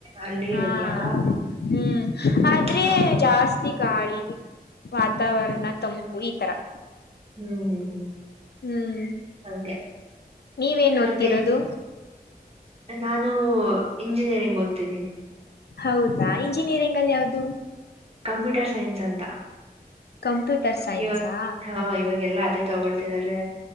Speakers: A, on the right; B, on the left.
A: ಅಲ್ಲಿ
B: ಹಾ
A: ಇದ್ಯಾ
B: ಹ್ಮ ಆದ್ರೆ
A: ಹ ಹ ಹ
B: ಜಾಸ್ತಿ ಗಾಳಿ ವಾತಾವರಣ ತಂಪು ಈ ತರಾ
A: ಹ್ಮ್ ಹ್ಮ್ ಹ್ಮ್
B: ಹ್ಮ್
A: ಹಂಗೆ
B: ನೀವೇನ್ ಓದ್ತಿರೋದು
A: ಮತ್ತೆ ನಾನು ಇಂಜಿನಿಯರಿಂಗ್ ಓದ್ತಿದ್ದೀನಿ
B: ಹೌದಾ ಇಂಜಿನಿಯರಿಂಗ್ ಅಲ್ಲಿ ಯಾವ್ದು
A: ಕಂಪ್ಯೂಟರ್ ಸೈನ್ಸ್ ಅಂತ
B: ಕಂಪ್ಯೂಟರ್ ಸೈನ್ಸಾ
A: ಇವಾಗ ಹಾ ಇವಾಗೆಲ್ಲಾ ಅದೇ ತಗೊಳ್ತಿದಿದ್ದಾರೆ.